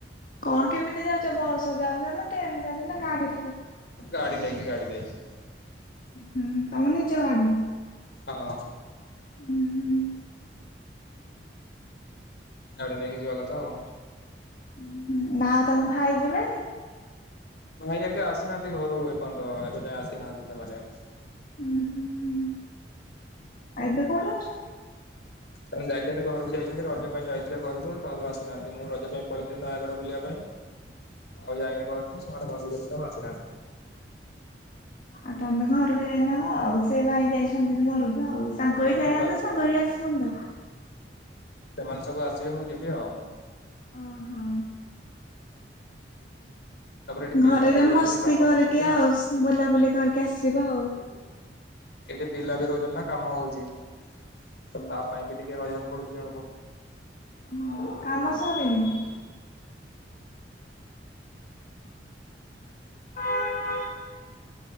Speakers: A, on the left; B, on the left.
A: କଣ କେମିତି ଯାଉଛ ବସରେ ଯାଉଛ ନା ଟ୍ରେନରେ ଯାଉଛ ନା ଗାଡି
B: ଗାଡି ନେଇଁକି ଗାଡି ନେଇକି
A: ହୁଁ ତମ ନିଜ ଗାଡି।
B: ହଁ
A: ହୁଁ ହୁଁ।
B: ଗାଡି ନେଇକି ଯିବା କଥା ଆଉ।
A: ହୁଁ। ଉଁ ହୁଁ ନା ଆଉ ତମ ଭାଇ ଯିବେନି।
B: ଭାଇରିକ ଆସିନାହାନ୍ତି ଘରୁ ଏପର୍ଯ୍ୟନ୍ତ ଏବେ ଯାଏ ଆସିନାହାନ୍ତି ସେମାନେ
A: ଉଁ ହୁଁ ଆଉ ଏବେ କଉଁଠୁ ଅଛ?
B: ତା ଯାଇଛନ୍ତି ଘରକୁ ଯାଇଛନ୍ତି ରଜ ପାଇଁ ଯାଇଥିଲେ ଘରକୁ ଘର ଆସିନାହାନ୍ତି ମୁଁ ରଜ ପାଇଁ ପଳେଇଥିଲି ନୟାଗଡ ବୁଲିବା ପାଇଁ। ଆଉ ଯାଇନି ଘରକୁ ସାମାନେ ଘରକୁ ଯାଇଛନ୍ତି ଆସିନାହାନ୍ତି।
A: ଆଉ ତମେ ଘରକୁ ଯାଇନ ଆଉ ସେ ଭାଇ ଯାଇଛନ୍ତି ଘରକ ହଉ ସାଙ୍ଗ
B: ସେମାନେ
A: ହେଇ ଯାଆନ୍ତ
B: ସବୁ ଆସି
A: ସାଙ୍ଗ ହେଇ ଆସନ୍ତି
B: ସେମାନେ ସବୁ ଆସିବେ ମୁଁ ଯିବି ଆଉ।
A: ଓହୋ।
B: ତାପରେ ଏଠି ପିଲା
A: ଘରେରେ
B: ବି ରହୁଛନ୍ତି
A: ମସ୍ତି
B: କାମ
A: କରିକି
B: କରୁଛନ୍ତି ନା
A: ଆଉ ବୁଲାବୁଲି କରିକି ଆସିବ ଆଉ।
B: ଏଠି ପିଲା ବି ରହୁଛନ୍ତି ନା କାମ ହଉଛି। ତ
A: କଣ
B: ତା ପାଇଁ ବି ଟିକେ ରହିବାକୁ ପଡୁଛି ଜଣକୁ
A: ଓହ କାମ ସରିନି? <inaudible>